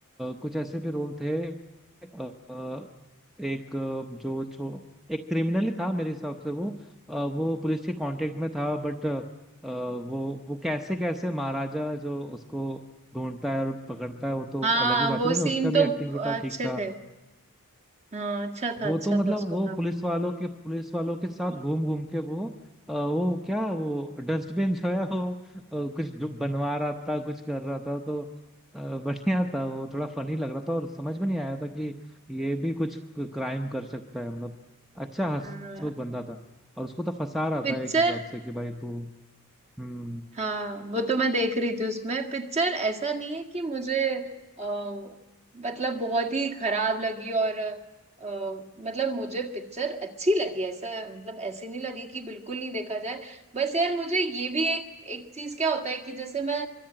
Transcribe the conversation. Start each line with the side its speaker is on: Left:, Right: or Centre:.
Centre: कुछ ऐसे भी रोल थे अ, एक अ, जो छो एक क्रिमिनल ही था मेरे हिसाब से वो अ, वो पुलिस के कांटेक्ट में था बट वो वो कैसे कैसे महाराजा जो उसको ढूंढता है और पकड़ता है वो तो
Right: हाँ
Centre: अलग ही बात
Right: वो
Centre: है लेकिन
Right: सीन
Centre: उसका भी
Right: तो
Centre: एक्टिंग जो था
Right: अच्छे
Centre: ठीक था
Right: थे हाँ अच्छा था
Centre: वो
Right: अच्छा
Centre: तो मतलब
Right: था उसका
Centre: वो
Right: काम
Centre: पुलिस वालों के पुलिस वालों के साथ
Right: <laughs>
Centre: घूम घूम के वो अ, वो क्या वो डस्टबिन जो है वो अ, कुछ जो बनवा रहा था कुछ कर रहा था तो अ, <laughs> बढ़िया था वो थोड़ा फनी लग रहा था और समझ में नहीं आया था कि ये भी कुछ क्राइम कर सकता है मतलब अच्छा हंसमुख
Right: हाँ
Centre: बंदा था और उसको तो फंसा रहा
Right: पिक्चर
Centre: था एक हिसाब से कि भाई तू हम्म
Right: हाँ वो तो मैं देख रही थी उसमें पिक्चर ऐसा नहीं है कि मुझे आ, मतलब बहुत ही खराब लगी और अ, मतलब मुझे पिक्चर अच्छी लगी ऐसा मतलब ऐसी नहीं लगी कि बिल्कुल नहीं देखा जाए बस यार मुझे ये भी एक एक चीज क्या होता है कि जैसे मैं